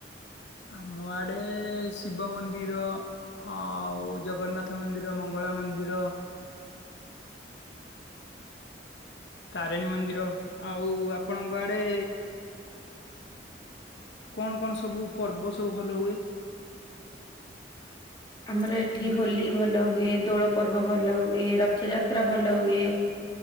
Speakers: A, on the left; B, on the left.
A: ଆମ ଆଡେ ଶିବ ମନ୍ଦିର ଆଉ ଜଗନ୍ନାଥ ମନ୍ଦିର, ମଙ୍ଗଳା ମନ୍ଦିର ତାରିଣୀ ମନ୍ଦିର ଆଉ ଆପଣଙ୍କ ଆଡ଼େ କଣ କଣ ସବୁ ପର୍ବ ସବୁ ଭଲ ହୁଏ?
B: ଆମର ଏଠି
A: ମାନେ
B: ହୋଲି ଭଲ ହୁଏ, ଦୋଳ ପର୍ବ ଭଲ ହୁଏ, ରଥଯାତ୍ରା ଭଲ ହୁଏ।